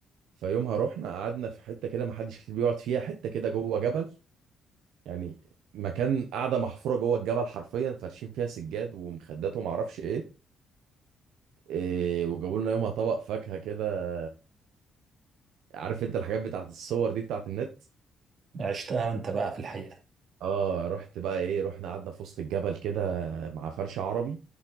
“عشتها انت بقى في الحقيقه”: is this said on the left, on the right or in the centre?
Right